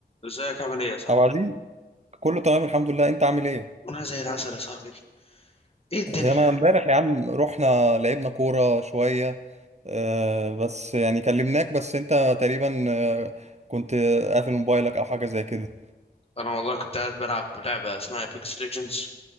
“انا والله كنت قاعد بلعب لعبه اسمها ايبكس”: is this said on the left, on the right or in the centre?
Left